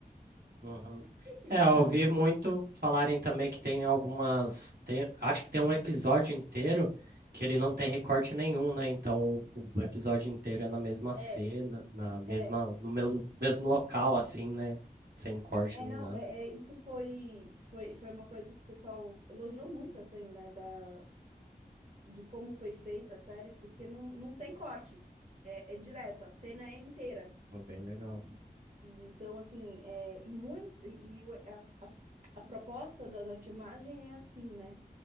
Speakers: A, on the right; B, on the right.
A: Uhum.
B: Por que que
A: É,
B: eles
A: eu
B: fazem?
A: ouvi
B: isso?
A: muito falarem também que tem algumas. tem- acho que tem um episódio inteiro que ele não tem recorte nenhum, né? Então o o episódio inteiro é na mesma cena,
B: É,
A: na mesma,
B: é.
A: no mes- mesmo local, assim, né? Sem corte
B: É,
A: nem
B: não,
A: nada.
B: é, é, isso foi, foi, foi uma coisa que o pessoal elogiou muito, assim, né, da, de como foi feita a série, porque não, não tem corte, é, é direto, a cena é inteira.
A: Então, Bem legal.
B: E então, assim, é, e muito, e o- a, a, a proposta da, da filmagem é assim, né?